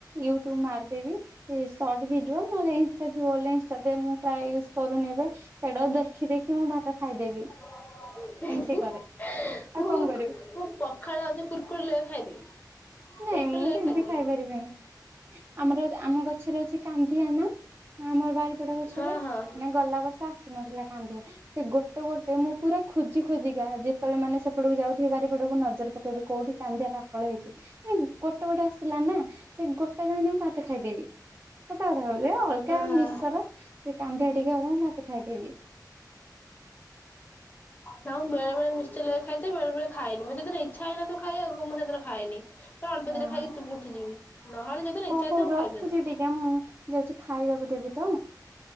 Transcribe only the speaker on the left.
ହ <unintelligible>
ମୁଁ
ମୁଁ ପଖାଳ ଆଉ ଯୋଉ କୁର କୁରି ଲଗେଇ ଖାଇଦେବି
କୁୁରକୁରି
ଲେଗେଇ
ଖାଇଦେବି।
ହଁ ହଁ।
ହଁ।
ନାଁ ମୁଁ ବେଳେ ବେଳେ ମିଶ୍ଚର ଲଗେଇ ଖାଇଦିଏ ବେଳେ ବେଳେ ଖାଏନି। ମୁଁ ଯୋଉ ଦିନ ଇଚ୍ଛା ହେଇନଥିବ ଖାଇଆକୁ ମୁଁ ସେଦିନ ଖାଏନି। କୁ ଅଳ୍ପ
ଦିଟା ଖାଇକି ଚୁପ ଉଠିଯିବି ନହେଲେ ଯୋଉଦିନ
ଇଚ୍ଛା ହେଇଥିବ
ମୁଁ
ଖାଇବି ହେଦିନ।